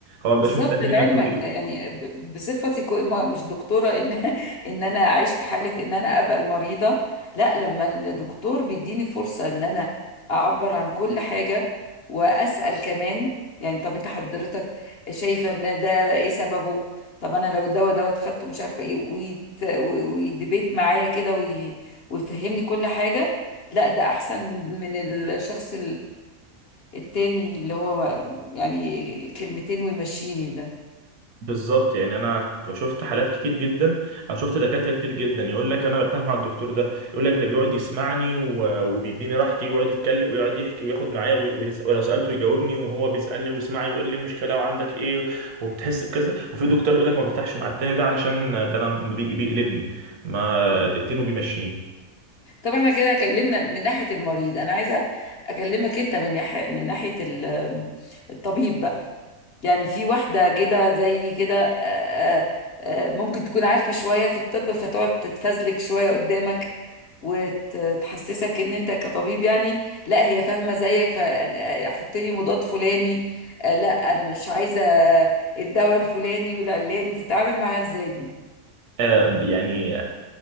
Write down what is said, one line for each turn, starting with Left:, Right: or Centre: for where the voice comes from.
Right: ما بيبقاش
Left: بالظبط
Right: مستني
Left: لعلمك
Right: منك كل
Left: يعني ب- بصفتي كو- ما- مش دكتورة ان <laughs> ان انا عشت حالة ان انا ابقى المريضة لا لما الدكتور بيديني فرصة ان انا اعبر عن كل حاجة واسأل كمان يعني طب انت حضرتك شايفة ان ده ايه سببه طب انا لو الدواء دوت خدته مش عارفة ايه ويت و- ويدبيت معايا كده وي- ويفهمني كل حاجة لا ده احسن من الشخص التاني اللي هو يعني كلمتين ويمشيني ده
Right: بالظبط يعني انا شفت حالات كتير جدا او شفت دكاتره كتير جدا يقول لك انا برتاح مع الدكتور ده يقول لك ده بيقعد يسمعني و- وبيديني راحتي ويقعد يتكلم ويقعد يحكي وياخد معايا وي- ويس- ولو سالته يجاوبني وهو بيسالني ويسمعني ويقول لي المشكله وعندك ايه وبتحس بكذا وفي دكتور يقول لك ما برتاحش مع التاني ده علشان ده انا بي- بيقلبني ما
Left: مم.
Right: دقتين وبيمشيني
Left: طب احنا كده اتكلمنا من ناحية المريض انا عايزة اكلمك انت من ناحية من ناحية ال- الطبيب بقى يعني في واحدة كده زي كده آه، آه، آه، ممكن تكون عارفة شوية في الطب فتقعد تتفزلك شوية قدامك وتحسسك ان انت كطبيب يعني لا هي فاهمة زيك فحط لي مضاد فلاني آه، لا انا مش عايزة الدواء الفلاني والعلاني بتتعامل معاها ازاي دي
Right: آه يعني